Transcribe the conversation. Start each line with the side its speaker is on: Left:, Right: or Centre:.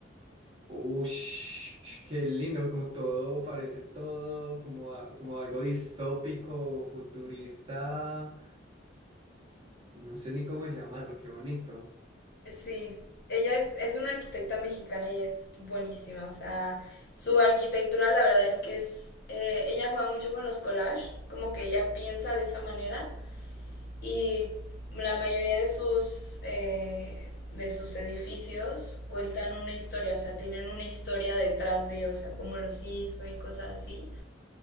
Right: Ush, qué lindo, como todo, parece todo como, a- como algo distópico, futurista, no sé ni cómo llamarlo, qué bonito.
Left: Sí, ella es, es una arquitecta mexicana y es buenísima. O sea, su arquitectura la verdad es que es... eh, ella juega mucho con los collages, como que ella piensa de esa manera y la mayoría de sus, eh, de sus edificios cuentan una historia, o sea, tienen una historia detrás de, o sea, cómo los hizo y cosas así.